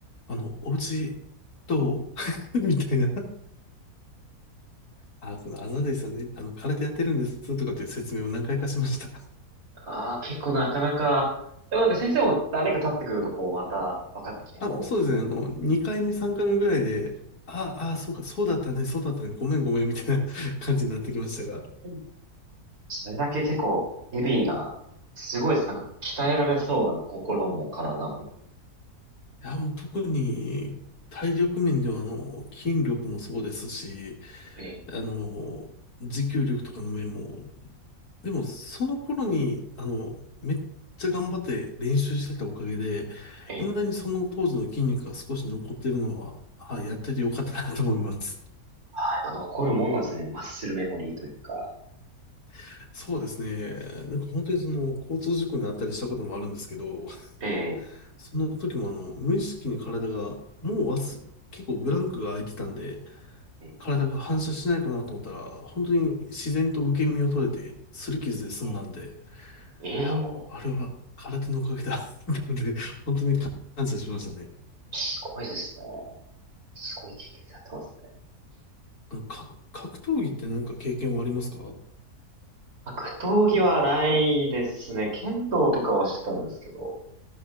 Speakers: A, on the left; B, on the right.
A: あの、お家どう <laughs> みたいな。あ、このあざですよね。あの、空手やってるんですとかっていう説明を何回かしました。
B: ああ、結構なかなか、でもなんか先生も何年か経ってくるとこうまた分かってきてこ
A: あ、もうそうですね。あの、2回目、3回目ぐらいで、ああ、そうか、そうだったね、そうだったね、ごめんごめんみたいな <laughs> 感じになってきましたが。
B: う、それだけ結構、ヘビーがすごいです。なんか、鍛えられそうな心も体も。
A: いや、もう特に体力面ではあの、筋力もそうですし、
B: ええ、
A: あの、持久力とかの面も、でもその頃に、あの、めっちゃ頑張って練習してたおかげで、
B: ええ。
A: 未だにその当時の筋肉が少し残ってるのは、はい、やっててよかったなと思います。
B: ああ、やっぱ残るもんなんですね。マッスルメモリーというか。
A: <laughs> そうですね。なんか本当にその交通事故にあったりしたこともあるんですけど、
B: ええ、
A: その時もあの、無意識に体が、もう忘、結構ブランクが空いてたんで、
B: ええ、
A: 体が反射しないかなと思ったら、本当に自然と受け身を取れて、擦り傷で済んだんで、
B: え
A: い
B: え。
A: や、あれは空手のおかげだ。
B: ええ
A: <laughs> なので、本当に感謝しましたね。
B: すごいですね。すごい経験されてますね。
A: あの、格、格闘技ってなんか経験はありますか
B: 格闘技はないですね。剣道とかはしてたんですけど。